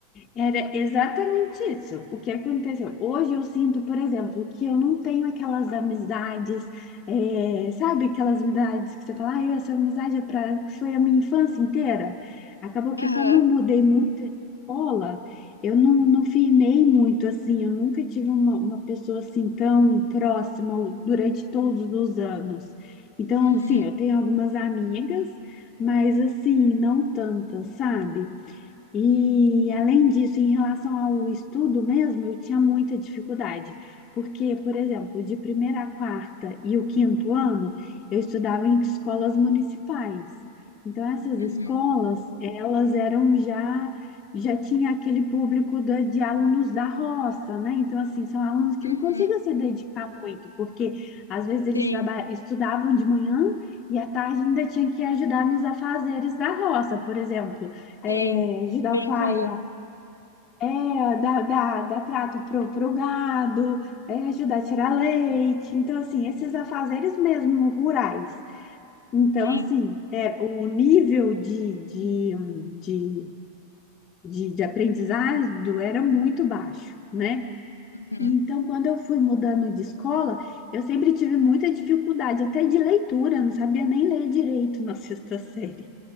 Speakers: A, on the left (about 25°); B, on the left (about 80°).
A: Era exatamente isso. O que aconteceu? Hoje eu sinto, por exemplo, que eu não tenho aquelas amizades, eh, sabe? Aquelas amizades que você fala, ah, essa amizade é pra... foi a minha infância inteira. Acabou que,
B: Aham,
A: como eu mudei muito de escola, eu não, não firmei muito assim. Eu nunca tive uma, uma pessoa assim tão próxima durante todos os anos. Então,
B: uhum,
A: assim, eu tenho algumas amigas, mas assim, não tantas, sabe? E além disso, em relação ao estudo mesmo, eu tinha muita dificuldade, porque, por exemplo, de primeira a quarta e o quinto ano, eu estudava em escolas municipais. Então, essas escolas,
B: uhum,
A: elas eram já, já tinha aquele público da- de alunos da roça, né? Então, assim, são alunos que
B: uhum.
A: não conseguiam se dedicar muito, porque às vezes eles
B: Sim,
A: traba- estudavam de manhã e à tarde ainda tinham que ajudar nos afazeres da roça, por exemplo é,
B: sim.
A: ajudar
B: Bem
A: o pai
B: comum,
A: a é, dar, dar, dar trato pro, pro gado, é, ajudar a tirar leite. Então, assim, esses afazeres mesmo rurais. Então,
B: sim.
A: assim, é, o nível de, de, de, de, de aprendizado era muito baixo, né?
B: Uhum.
A: E Então, quando eu fui mudando de escola, eu sempre tive muita dificuldade, até de leitura, eu não sabia nem ler direito na sexta série.